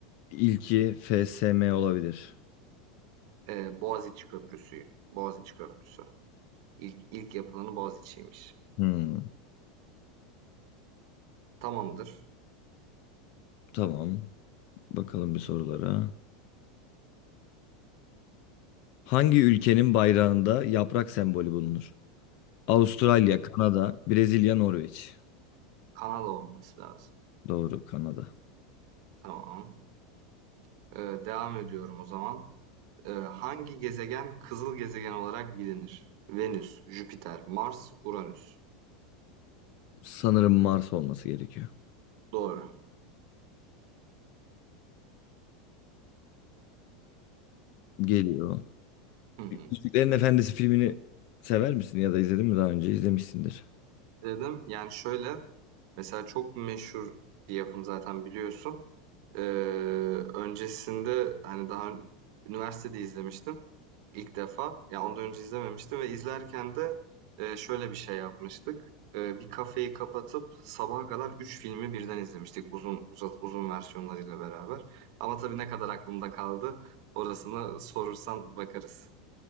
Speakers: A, on the left (about 45°); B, on the right (about 55°).
A: ilki FSM olabilir.
B: Ee, Boğaziçi Köprüsü. Boğaziçi Köprüsü. İlk, ilk yapılanı Boğaziçi'ymiş.
A: Hmm.
B: Tamamdır.
A: Tamam. Bakalım bir sorulara. Hangi ülkenin bayrağında yaprak sembolü bulunur? Avustralya,
B: Ya,
A: Kanada, Brezilya, Norveç.
B: Kanal olması lazım.
A: Doğru, Kanada.
B: Tamam. Ee, devam ediyorum o zaman. Ee, hangi gezegen kızıl gezegen olarak bilinir? Venüs, Jüpiter, Mars, Uranüs.
A: Sanırım Mars olması gerekiyor.
B: Doğru.
A: Geliyor.
B: Hı hı.
A: Yüzüklerin Efendisi filmini sever misin ya da izledin mi daha önce? İzlemişsindir.
B: Dedim. Yani şöyle, mesela çok meşhur bir yapım zaten biliyorsun. Ee, öncesinde hani daha ön- üniversitede izlemiştim ilk defa. Yani ondan önce izlememiştim ve izlerken de e, şöyle bir şey yapmıştık. Ee, bir kafeyi kapatıp sabaha kadar 3 filmi birden izlemiştik uzun uzat, uzun versiyonlarıyla beraber. Ama tabii ne kadar aklımda kaldı orasına sorursan bakarız.